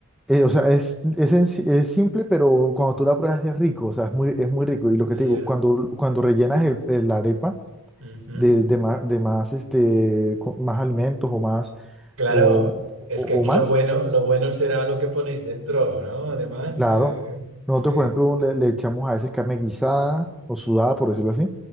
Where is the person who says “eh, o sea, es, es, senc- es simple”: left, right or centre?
Centre